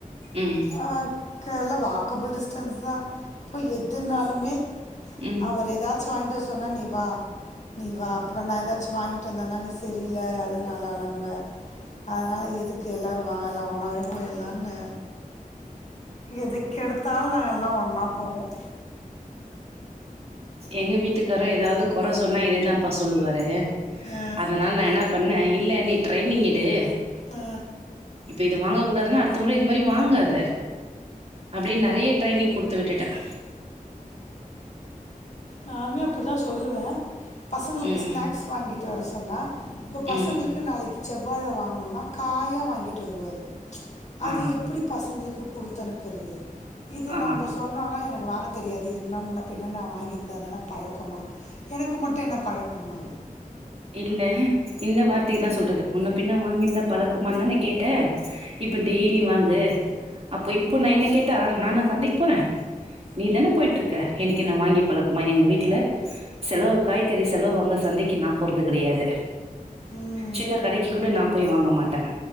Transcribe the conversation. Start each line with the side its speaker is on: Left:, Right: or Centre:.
Right: ம்
Left: ஆ நால்லாம் வாக்கபுள் டிஸ்டன்ஸ் தான் இப்போ எதுனாலுமே
Right: ம்
Left: அவர் ஏதாச்சும் வாங்கிட்டு வர சொன்னா நீ வா நீ வா அப்றோம் நான் ஏதாச்சும் வாங்கிட்டு வந்தேன்னா நீ சரியில்ல அது நல்லா இல்ல என்ப அதனால எதுக்கு எல்லாரும் வாங்கல்லாம் ஒன்னாவே போயிடலான்னு எதுக்கெடுத்தாலும் நாங்க எல்லாம் ஒன்னா போவோம்
Right: எங்க வீட்டுக்காரு ஏதாவது கொறை சொன்னா இததுதான்ப்ப சொல்லுவாரு அஹ
Left: ஆ,
Right: அதனால நான் என்ன பண்ணேன் இல்ல நீ ட்ரைனிங் எடு ட்டு
Left: ஆ
Right: இப்ப இது வாங்க கூடாதுன்னா அடுத்த முற இது மாரி வாங்காத அப்டின்னு நெறைய ட்ரைனிங் குடுத்து விட்டுட்டேன்
Left: நானுமே அப்டித்தான் சொல்லுவேன் பசங்களுக்கு
Right: ம்
Left: ஸ்நாக்ஸ் வாங்கிட்டு வர ல்லா இப்ப பசங்களுக்கு
Right: ம்
Left: நாளைக்கு செவ்வாழ வாங்கனுனா காயா வாங்கிட்டு வருவாரு அது
Right: ஆ
Left: எப்டி பசங்களுக்கு குடுத்தனுப்புரது இது
Right: ஆ
Left: நாம சொன்னனா எனக் வாங்க தெரியாது இதுன்னா முன்னா பின்ன நா வாங்கி இருந்தா தான பழக்கமா எனக்கு மட்டும் என்ன பழக்கமா
Right: இல்ல இந்த வார்த்தக்கு தான் சொல்றது உன்ன பின்னா வாங்கிருந்தா பழக்கமாதான கேட்ட இப்ப டெய்லி வாங்கு அப்ப இப்ப நான் என்ன கேட்டா நானா சந்தைக்கு போறேன் நீ தானே போயிட்டு இருக் க இன்னக்கி நான் வாங்கி பழக்கமா எங்க வீட்ல செலவு காய்கறி செலவு உங்க சந்தைக்கு நான் போறது கிடையாது
Left: ம்
Right: சின்ன கடைக்கு கூட நான் போய் வா வாங்க மாட்டன்